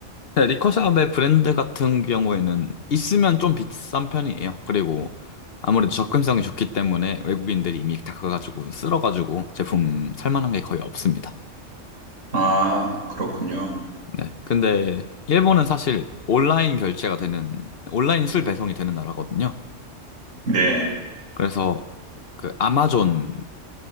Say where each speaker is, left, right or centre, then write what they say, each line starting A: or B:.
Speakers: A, on the left; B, on the right.
A: 네, 리커샵의 브랜드 같은 경우에는 있으면 좀 비싼 편이에요. 그리고 아무래도 접근성이 좋기 때문에 외국인들이 이미 다 가가지고 쓸어가지고 제품 살만한 게 거의 없습니다.
B: 아, 그렇군요.
A: 네. 근데 일본은 사실 온라인 결제가 되는, 온라인 술 배송이 되는 나라거든요.
B: 네.
A: 그래서 그 아마존이